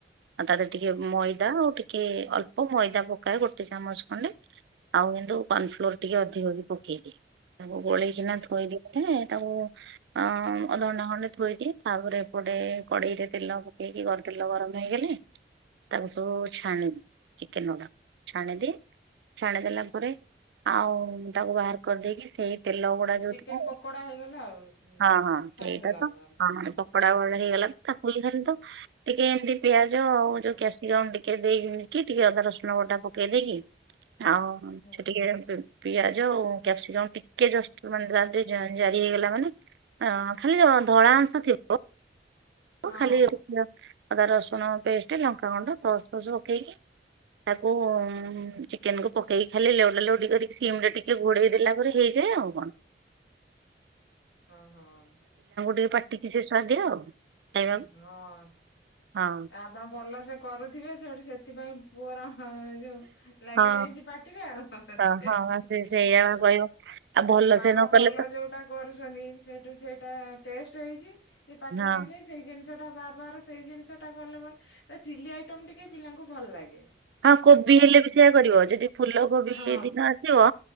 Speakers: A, on the right; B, on the left.
A: ଆଉ ତା ଦେହରେ ଟିକେ ମଇଦା ଆଉ ଟିକେ ଅଳ୍ପ ମଇଦା ପକାଏ ଗୋଟିଏ ଚାମଚ ଖଣ୍ଡେ ଆଉ କିନ୍ତୁ କନ୍ଫ୍ଲୋର ଟିକେ ଅଧିକ ବି ପକେଇଦିଏ ତାକୁ ଗୋଳେଇକି ସିନା ଥୋଇ ଦେଇଥିଲେ ତାକୁ ଉଁ ଅଧଘଣ୍ଟା ଖଣ୍ଡେ ଥୋଇକି ତାପରେ ଏପଟେ କଡେଇରେ ତେଲ ପକେଇକି ତେଲ ଗରମ ହେଇଗଲେ। ତାକୁ ସବୁ ଛାଣିଲେ ଚିକେନ ଗୁଡାକୁ ଛାଣିଦିଏ ଛାଣିଦେଲା ପରେ ଆଉ ତାକୁ ବାହାର କରିଦେଇକି ସେଇ ତେଲ ଗୁଡା
B: ସେ
A: ଯୋଉ
B: ଚିକେନ
A: ଥାଏ
B: ପକୋଡା ହେଇଗଲା ଆଉ
A: ହଁ ହଁ
B: ଛାଣିଦେଲା
A: ଏଇଟା ତ
B: ପରେ।
A: ପକୋଡା ଗୁଡା ହେଇଗଲା ତାକୁହିଁ ଖାଲି ତ ଟିକେ ଏମିତି ପିଆଜ ଆଉ ଯୋଉ
B: ହଁ
A: କ୍ୟାପସିକମ ଟିକେ ଏ ଦେଇକିି ଟିକେ ଅଦାରସୁଣ ବଟା ପକେଇ ଦେଇକି ଆଉ
B: ହଁ
A: ସେ ଟିକେ ପିଆଜ ଆଉ କ୍ୟାପସିକମ ଟିକେ ଜଷ୍ଟ ମାନେ ତାଦେ ଜାରି ହେଇଗଲା ମାନେ ଅଁ ଖାଲି ଧଳା ଅଂଶ ଥିବ।
B: ହଁ
A: ଓ ଖାଲି ଅଦା ରସୁଣ ପେଷ୍ଟ ଲଙ୍କାଗୁଣ୍ଡ ସସ୍ ଫସ୍ ପକେଇକି ତାକୁ ଚିକେନ କୁ ପକେଇକି ଖାଲି ଲଉଟା ଲଉଟି କରିକି ସିମ ରେ ଟିକେ ଘୋଡେଇ ଦେଲା ପରେ ହେଇଯ ଯିବ, ଆଉ କଣ।
B: ଏ ଏ ହଁ, ହଁ।
A: ସେ ପାଟିକି ସିଏ ସୁଆଦିଆ ଆଉ। ଖାଇବାକୁ
B: ହଁ
A: ହଁ।
B: ଆପଣ ଏ ଭଲସେ କରୁଥୁବେ। ସେଇଠୁ ସେଥିପାଇଁ ପୁଅର ହଁ ଯୋଉ ଲାଗି
A: ହଁ
B: ଯାଇଚି ପାଟିରେ, ଆଉ
A: ହଁ
B: ସେ
A: ହଁ ହଁ, ସେ ସେଇଆ
B: ହଁ
A: ବା କହିବ ଆଉ ଭଲ
B: ସେ ମାମା
A: ନ କଲେ
B: ଭଲ
A: ତ
B: ଯୋଉଟା କରୁଛନ୍ତି ସେଠୁ ସେଇଟା ଟେଷ୍ଟ ହେଇଚି କି ପାଟିରେ
A: ହଁ।
B: ଲାଗିଯାଏ ସେଇ ଜିନିଷ ଟା ବାର ବାର ସେଇ ଜିନିଷ ଟା କଲେ ଭଲ। ତ ଚିଲ୍ଲି ଆଇଟମ ଟିକେ ପିଲାଙ୍କୁ ଭଲ ଲାଗେ।
A: ହଁ କୋବି
B: ଯେକୌଣସି
A: ହେଲେ ବି ସେଇଆ କରିବ। ଯଦି ଫୁଲ କୋବି
B: ହଁ
A: ଦିନ ଆସିବ